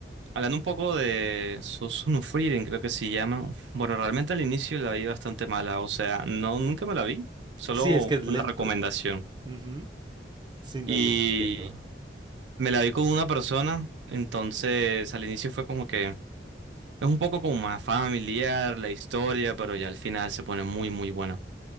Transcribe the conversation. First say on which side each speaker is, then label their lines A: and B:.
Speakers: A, on the right (about 80°); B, on the right (about 25°).
A: hablando un poco de Susu no Frieren, creo que se llama. Bueno, realmente al inicio la vi bastante mala, o sea, no, nunca me la vi, solo
B: Sí, es que es
A: fue
B: lento.
A: una recomendación.
B: Ujú, Sí, no
A: Y
B: lo entiendo.
A: Me la vi con una persona, entonces al inicio fue como que es un poco como más familiar la historia, pero ya al final se pone muy, muy buena.